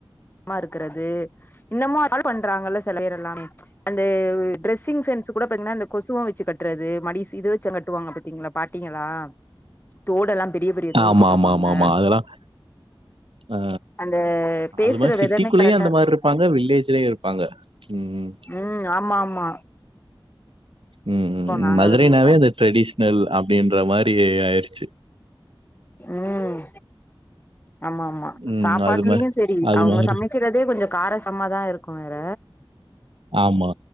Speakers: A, on the left; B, on the right.
A: மா இருக்கறது இன்னமு அத பண்றாங்கல்ல சில பேர் எல்லாமே அந்த டிரெஸிங் சென்ஸ்ஸு கூட பாத்தீங்ன்னா அந்த கொசுவம் வச்சு கட்றது மடி சி இது வச்சு கட்டுவாங்க பாத்தீங்ளா பாட்டீங்களா தோடெல்லாம் பெரிய பெரிய தோடு
B: ஆமா,
A: போட்ருப்பாங்க
B: ஆமா, ஆமா, ஆமா. அதெல்லாம் அ
A: அந்த பேசுற
B: அது மாரி சிட்டிக்குள்ளயு
A: விதமே கரெக்டா
B: அந்த
A: இருக்கு
B: மாரி இருப்பாங்க வில்லேஜ்லயு இருப்பாங்க ம் ம்
A: ம் ஆமாமா
B: ம் ம்
A: நாங்களுமே
B: மதுரைனாவே
A: பாத்துருக்கோ
B: அது ஒரு ட்ரெடிஷ் னல் அப்டின்ற மாரி ஆயிடுச்சு
A: ம் ஆமாமா
B: ம்.
A: சாப்பாட்லயு
B: அது மாரி
A: செரி
B: அது
A: அவங்க
B: மாரி.
A: சமைக்கிறதே கொஞ்சோ காரசம்மாதா இருக்கு வேற
B: ஆமா